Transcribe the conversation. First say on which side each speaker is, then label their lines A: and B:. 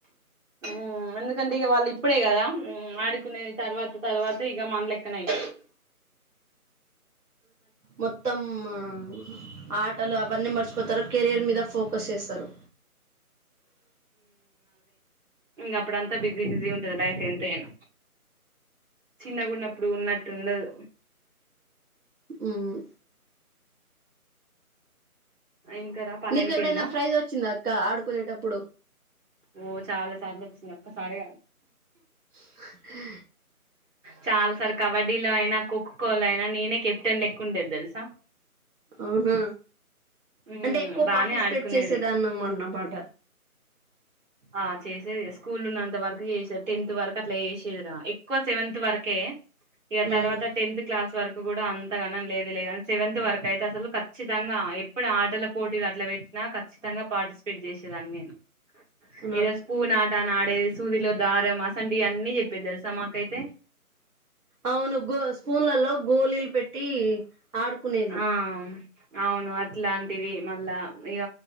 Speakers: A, on the right; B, on the right.
A: ఊమ్ ఎందుకంటే ఇగ వాళ్ళు ఇప్పుడే కదా ఉమ్ ఆడుకునే తర్వాత తర్వాత ఇగా మన్లెక్కనయి
B: మొత్త ఆ ఆటలు అవన్నీ మర్చ్ పొతరు కేరియర్ మీద ఫోకస్ చేస్తారు
A: ఇంగ అప్పుడ్ అంతా బిజీ బిజీ ఉంటది లైఫ్ ఎంతైనా చిన్నగున్నప్పుడు ఉన్నట్టుండదు
B: ఊమ్
A: ఇంకారా పని
B: నీకెప్పుడైనా
A: అయిపోయిందా
B: ఫ్రైజ్ ఒచ్చిందా అక్క ఆడుకునేటప్పుడు
A: ఓ చాలా సార్లు ఒచ్చింది ఒక్క సరే కాద్
B: మా హా
A: చాలా సార్ కబడ్డీలో అయినా ఖోఖో లో అయినా నేనే కెప్టెన్ లెక్క ఉండేది తెల్సా
B: అవునా
A: ఉమ్
B: అంటే ఎక్కువ్
A: బానే
B: పార్టిస్పేట్
A: ఆడుకునేది
B: చేసేదాన్న అన్నమాట
A: ఆ చేసేది స్కూల్ ఉన్నంత వర్కు చేస టెన్త్ వర్కు అట్లా చేసేదిరా ఎక్కువ సెవెంత్ వర్కే ఇగ
B: ఉమ్
A: తర్వాత టెన్త్ క్లాస్ వరుక్ కూడా అంతగానం లేదు లే గని సెవెంత్ వరకు అయితే అసలు ఖచ్చితంగా ఎప్పుడు ఆటల పోటీలు అట్లా పెట్ నా కచ్చితంగా పార్టిస్పేట్ జేసేదాని నేను
B: అవునా
A: ఎదో స్పూన్ ఆ ట ఆ నాడేది సూదిలో దారం అసంట్ ఇ అన్నీ చెప్పేది తెల్సా మాకైతే
B: అవును గో స్పూన్లలో గోళీలు పెట్టి ఆడుకునేది
A: ఆ అవును అట్లాంటివి మళ్ళా ఇగ